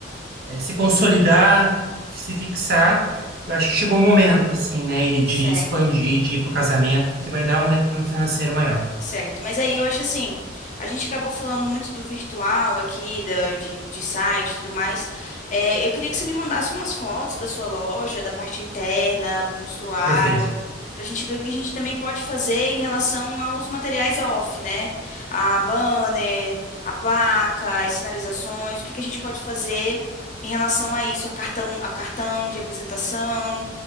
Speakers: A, on the right; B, on the left.
A: eh, se consolidar, se fixar. Eu acho que chegou o momento, assim, né, Iri,
B: Certo.
A: de expandir, de ir para o casamento, porque vai dar um retorno financeiro maior.
B: Certo, mas aí eu acho assim, a gente acabou falando muito do virtual aqui, da, de, de site e tudo mais. É, eu queria que você me mandasse umas fotos da sua loja, da parte interna, do mostruário,
A: Perfeito.
B: pra gente ver o que a gente também pode fazer em relação aos materiais off, né? A banner, a placa, as sinalizações, o que que a gente pode fazer em relação a isso, a cartão, a cartão de apresentação.